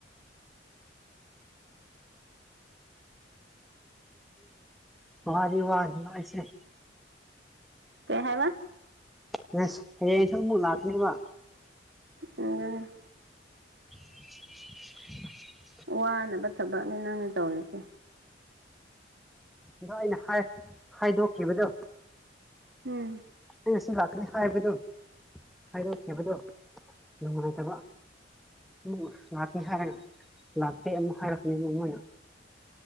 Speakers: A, in the centre; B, on the right (about 65°).
A: ꯋꯥꯗꯤ ꯋꯥꯅꯤ ꯑꯩꯁꯦ
B: ꯀꯩ ꯍꯥꯏꯕ
A: ꯑꯦꯁ ꯍꯌꯦꯡ ꯏꯁꯪꯕꯨ ꯂꯥꯛꯇꯨꯏꯕ
B: ꯎꯝ
A: <inaudible>
B: ꯋꯥꯅꯕ ꯊꯕꯛꯅꯤ ꯅꯪꯅ ꯇꯧꯔꯤꯁꯦ
A: ꯑꯗꯣ ꯑꯩꯅ ꯍꯥꯏ-ꯍꯥꯏꯗꯣꯛꯈꯤꯕꯗꯣ
B: ꯎꯝ
A: ꯑꯩꯅꯁꯨ ꯂꯥꯛꯀꯅꯤ ꯍꯥꯏꯕꯗꯣ ꯍꯥꯏꯗꯣꯛꯈꯤꯕꯗꯣ ꯅꯨꯡꯉꯥꯏꯇꯕ ꯎꯝ ꯉꯥꯛꯀꯦ ꯍꯥꯏꯔꯥꯒ ꯂꯥꯛꯇꯦ ꯌꯥꯝꯅ ꯍꯥꯏꯔꯛꯀꯥꯅꯤ ꯃꯣꯏꯅ